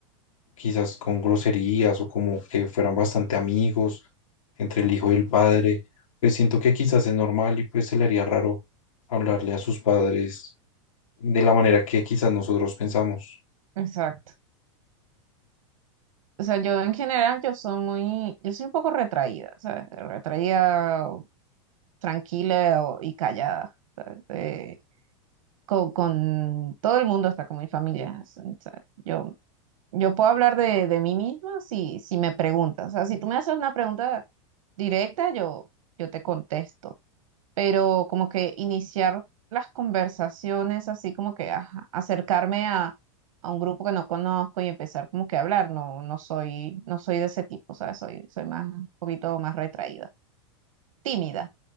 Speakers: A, on the left (about 90°); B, on the right (about 80°).
A: quizás con groserías o como que fueran bastante amigos entre el hijo y el padre, pues siento que quizás es normal y pues se le haría raro hablarle a sus padres de la manera que quizás nosotros pensamos.
B: exacto. O sea, yo en general, yo soy muy, yo soy un poco retraída, ¿sabes? Retraída, o tranquila o- y callada. eh, con, con todo el mundo, hasta con mi familia. ¿sabes? Yo Yo puedo hablar de, de mí misma si, si me preguntas. O sea, si tú me haces una pregunta directa, yo, yo te contesto. Pero como que iniciar las conversaciones, así como que ajá, acercarme a, a un grupo que no conozco y empezar como que a hablar, no, no soy, no soy de ese tipo, ¿sabes? Soy, soy más, un poquito más retraída, tímida,